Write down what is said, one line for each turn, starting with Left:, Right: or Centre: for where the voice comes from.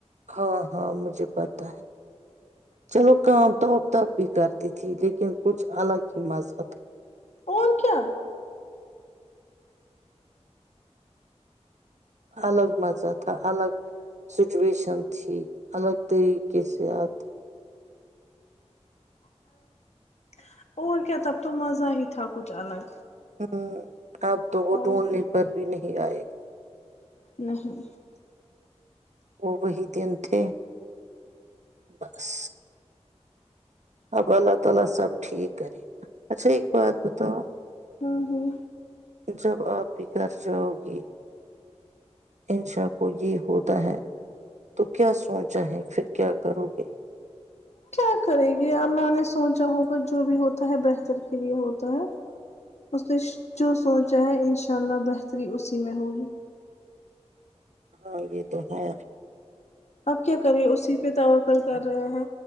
Right: ہاں ہاں مجھے پتا ہے چلو کام تواپ تاپ بھی کرتی تھی لیکن کچھ الگ ہی مزہ تھا
Left: اور کیا
Right: الگ مزہ تھا الگ سچویشن تھی الگ طریقے سےات
Left: <inaudible> اور کیا تب تو مزہ آ ہی تھا تھا کوچھ الگ
Right: ہاں اب تو وہ
Left: اور
Right: ڈھونڈنے پر بھی نہیں آئے گا
Left: نہیں
Right: وہ وہی دن تھے بس اب اللہ تعالی سب ٹھیک کرے اچھا ایک بات بتاؤ
Left: ہاں ہاں
Right: جب آپ بکر جاؤ گے ان شاہ کو یہ ہوتا ہے تو کیا سوچا ہے پھر کیا کرو گے
Left: کیا کرے گے اللہ نے سوچا ہوگا جو بھی ہوتا ہے بہتر کے لیے ہوتا ہے اس نے جو سوچا ہے انشاء اللہ بہتری اسی میں ہوگی
Right: ہاں یہ تو ہے
Left: اب کیا کریں اسی پہ دوا کر کے کر رہے ہیں